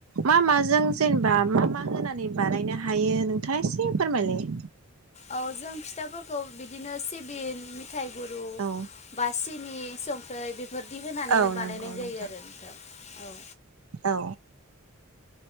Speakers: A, on the right; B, on the left.
A: मा माजों जेनेबा मा मा होनानै बानायनो हायो नोंथाङा एसे फोरमायलाय
B: औ जों फिथाफोर खौ बिदिनो सिबिं मिथाइ गुरु
A: औ
B: बा सिनि सं <unintelligible> बोर्दि होनानैनो
A: औ
B: बानायनाय
A: नंगौ नोंथां
B: जायो आरो औ
A: औ